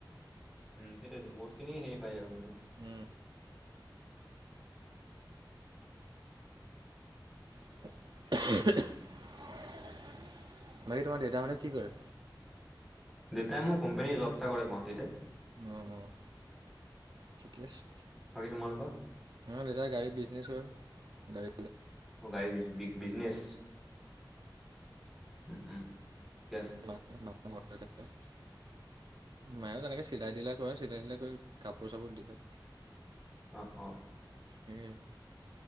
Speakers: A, in the centre; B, on the right.
A: উম সেইটোয়ে বহুত খিনি হেৰি পাই যাব আৰু মানে।
B: উম, বাকি তোমাৰ দেউতা সতে কি কৰে।
A: দেউতাই মোক কোম্পানীৰ জব এটা কৰে গুৱাহাটীতে।
B: অঁ অঁ ঠিকে আছে।
A: বাকী তোমালোকৰ।
B: অঁ দেউতা গাড়ী বিজনেছ হয় গাড়ী,
A: অঁ গাড়ী বি বিজনেছ উম উম ঠিকে আছে।
B: <unintelligible> মায়ে তেনেকে চিলাই তিলাই কৰে চিলাই তিলাই কৰি কাপোৰ চাপোৰ দিয়ে।
A: অঁ অঁ,
B: সেই,